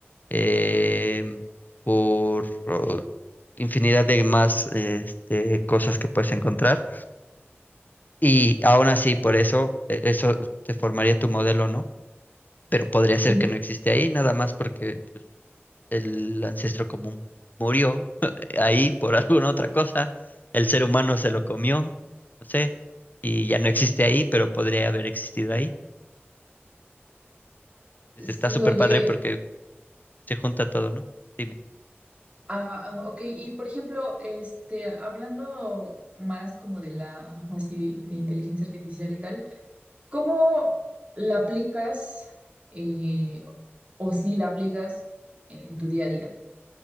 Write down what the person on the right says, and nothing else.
Sí.
Sí,
oye,
ah, ah, ok, y por ejemplo, este, hablando más como de la, así, de, de inteligencia artificial y tal. ¿Cómo la aplicas eh, o si la aplicas en tu día a día